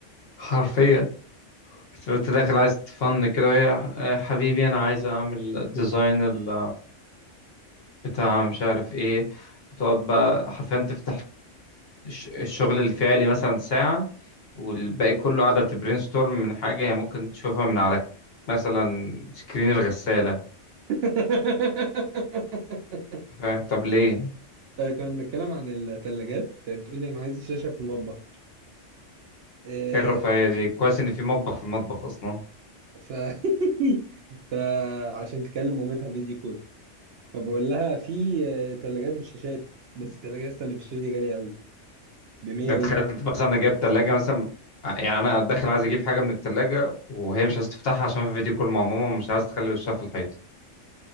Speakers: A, on the left; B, on the right.
A: حرفيا بس انت داخل عايز تفن كده وهي آه، حبيبي انا عايز اعمل الديزاين ال- بتاع مش عارف ايه تقعد بقى حرفيا تفتح الش- الشغل الفعلي مثلا ساعة والباقي كله قاعدة بتبرين ستورم من حاجة هي ممكن تشوفها من على مثلا سكرين الغسالة
B: <laughs>
A: أنت فاهم طب ليه
B: آه، كنا بنتكلم عن الثلاجات بتقولي انا عايز الشاشه في المطبخ آه،
A: ايه الرفاهية دي كويس ان في مطبخ في المطبخ اصلا
B: ف <laughs> فعشان تكلم مامتها فيديو كول فبقول لها في ثلاجات بالشاشات بس الثلاجه لسه اللي بالشاشه دي غاليه قوي ب 100
A: يعني
B: وي
A: تخيل مثلا انا جايب تلاجة مثلا يعني انا داخل عايز اجيب حاجة من التلاجة وهي مش عايز تفتحها عشان في فيديو كول مع ماما ومش عايز تخلي وشها في الحيط